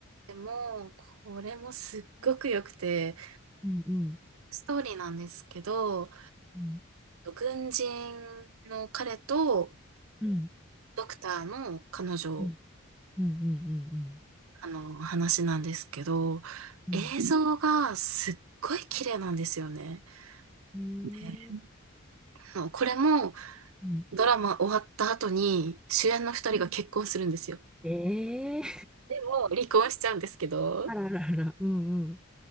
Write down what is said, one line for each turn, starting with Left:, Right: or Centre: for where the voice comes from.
Right: てもう、これもすっごく良くて、
Centre: うんうん
Right: ストーリーなんですけど、
Centre: うん
Right: 軍人の彼と
Centre: うん
Right: ドクターの彼女、
Centre: うんうんうんうん
Right: あの、話なんですけど、
Centre: うん
Right: 映像がすっごい綺麗なんですよね。
Centre: うん
Right: ねあのこれも
Centre: うん
Right: ドラマ終わった後に主演の二人が結婚するんですよ。
Centre: ええー、
Right: でも離婚しちゃうんですけど、
Centre: あららら、うんうん。